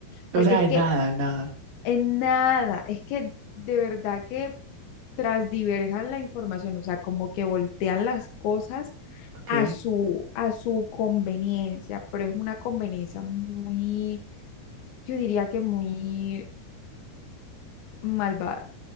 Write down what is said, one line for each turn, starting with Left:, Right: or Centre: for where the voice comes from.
Left: porque
Right: o sea,
Left: es que
Right: nada, nada,
Left: en nada, es que de verdad que transdiverjan la información, o sea, como que voltean las cosas
Right: ok.
Left: a su, a su conveniencia, pero es una conveniencia muy, yo diría que muy malvada